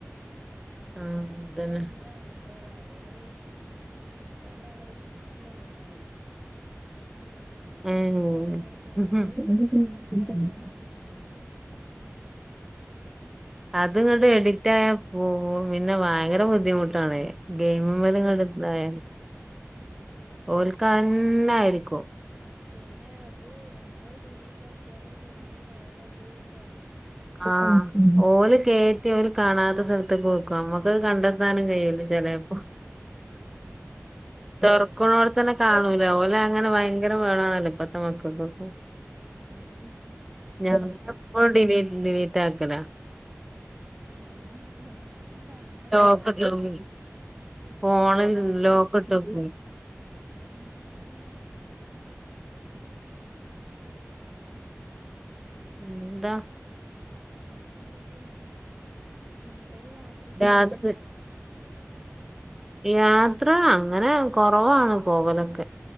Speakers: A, on the right; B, in the centre.
A: ഉം
B: ആഹ്
A: എനിക്ക്
B: അതന്നെ
A: രണ്ടാട്ട കുട്ടികളാവല് രണ്ടാള് ഒരുമിച്ചില്ല കീമാ കളിച്ച
B: ആ
A: രണ്ട് ഫോൺ എടുത്ത്ങ്ങാണ്ട്
B: അത് ശരി
A: രണ്ടാളും ഒരേ ഗെയിം
B: അത് ഇങ്ങോട്ട് എഡിക്റ്റ് ആയാ പോ പിന്നെ ഭയങ്കര ബുദ്ധിമുട്ടാണ് ഗെയിമ
A: ആഹ്
B: പോലങ്ങടുായ ഓൽക്കന്ന ആയിരിക്കും
A: പിന്നെ അത് നമ്മൾ ഡിലീറ്റ് ആക്കിയാലും പിന്നെ പോല അത് ക
B: ആഹ ഓല് കയറ്റി ഓല് കാണാത്ത സ്ഥലത്തൊക്ക നോക്കും നമ്മക്ക് അത് കണ്ടെത്താനും കഴൂല ചിലപ്പോ
A: ആഹ്
B: തെർക്കണോടെ തന്നെ കാണൂല ഓലെ അങ്ങനെ ഭയങ്കര വേണണല്ലോ ഇപ്പത്തെ മക്കൾക്കൊക്ക
A: ഉം
B: ഉഞപ്പോ ഡി ഡീലീറ്റ് ആക്കല
A: ആ ഞാനും കാണുമ്പോക്കെ
B: ലോക്ക്ട്ടോക്കും
A: കളയും പിന്നെ
B: ഫോണിൽ
A: ഓല കയറ്റ്ആഹ
B: ലോക്ക്ട്ടോക്കും
A: <unintelligible>
B: പിന്നെന്താ?
A: പിന്നെ എന്തൊക്കെ എങ്ങട്ടേല യാത്രക്കെ
B: രാത്രി
A: പോവലുണ്ടോ
B: യാത്ര അങ്ങനെ കൊറവാണ് പോവലൊക്കെ